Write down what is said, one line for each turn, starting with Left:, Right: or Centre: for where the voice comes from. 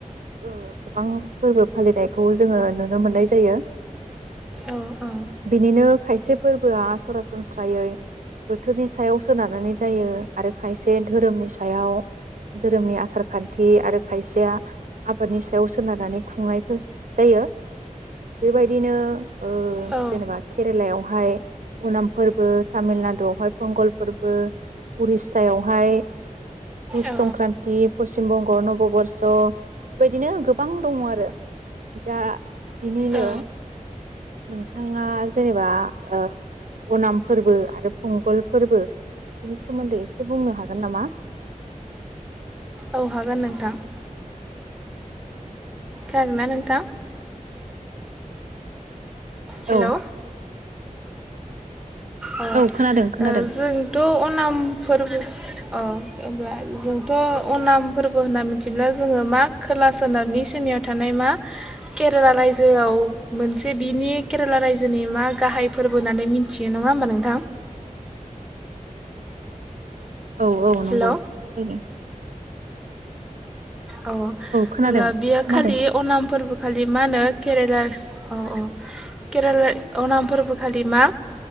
Right: ओ गोबां फोरबो फालिनायखौ जोङो नुनो मोननाय जायो
Centre: औ औ
Right: बिनिनो खायसे फोरबोआ सरासनस्रायै बोथोरनि सायाव सोनारनानै जायो आरो खायसे धोरोमनि सायाव धोरोमनि आसार खान्थि आरो खायसेया आबादनि सायाव सोनारनानै खुंनायफोर जायो बेबायदिनो ओ
Centre: औ
Right: जेनेबा केरेलायावहाय उनाम फोरबो तामिलना डु आवहाय फंगल फोरबो उरिसायावहाय बुस
Centre: औ
Right: संक्रान्ति पसिम बंग नबबर्ष बेबायदिनो गोबां दङ आरो दा बिनिनो
Centre: औ
Right: नोंथाङा जेनेबा ओ अनाम फोरबो आरो पंगल फोरबो बिनि सोमोन्दै एसे बुंनो हागोन नामा
Centre: औ हागोन नोंथां खोनादों ना नोंथां हेलौ
Right: औ
Centre: अ
Right: औ खोनादों खोनादों
Centre: ओ जोंथ' अनामफोरबो अ ओमफाय जोंथ' अनाम फोरबो होनना मिथिब्ला जोङो मा खोला सोनाबनि सिनियाव थानाय मा केरेला राय जोयाव मोन से बिनि केरेला रायजोनि मा गाहाय फोरबो होननानै मिथियो नङा होमबा नोंथां
Right: औ औ नंगौ
Centre: हेलौ
Right: <unintelligible>
Centre: औ
Right: खोनादों
Centre: अब्ला बियो
Right: खोनादों
Centre: खालि अनाम फोरबो खालि मा होनो केरेला औ औ केरेला अनाम फोरबोखालि मा